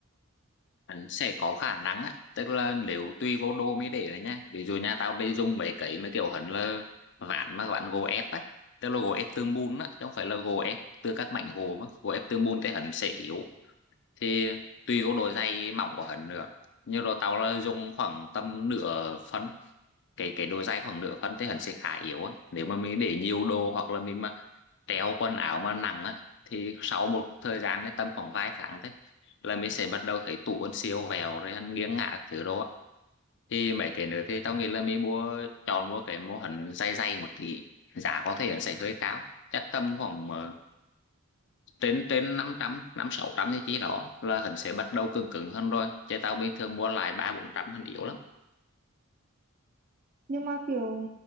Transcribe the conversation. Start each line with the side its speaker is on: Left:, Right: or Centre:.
Left: hắn sẽ có khả năng á tức là nếu tùy vô đô mới để đấy nhá ví dụ nhà tao đi dùng mấy cái mấy kiểu hắn là ván mà ván gỗ ép á tức là gỗ ép từ mùn á chứ không phải là gỗ ép từ các mảnh gỗ mà gỗ ép từ mùn thì hắn sẽ yếu thì tùy vô độ dày mỏng của hắn nữa nhưng rồi tao là dùng khoảng tầm nửa phân cái cái độ dày khoảng nửa phân thì hắn sẽ khá yếu á nếu mà mình để nhiều đồ hoặc là mình treo quần áo mà nặng á thì sau một thời gian đấy tầm khoảng vài tháng thôi là mình sẽ bắt đầu thấy tủ quần siêu vẹo rồi nghiêng ngả các thứ đó thì mấy cái nữa thì tao nghĩ là mình mua chọn mua cái mô hình dày dày một tí giá có thể là sẽ hơi cao chắc tầm khoảng ờ, trên trên năm trăm năm sáu trăm thì chỉ đó là hắn sẽ bắt đầu cứng cứng hơn rồi chứ tao bình thường mua lại ba bốn trăm hình yếu lắm
Right: nhưng mà kiểu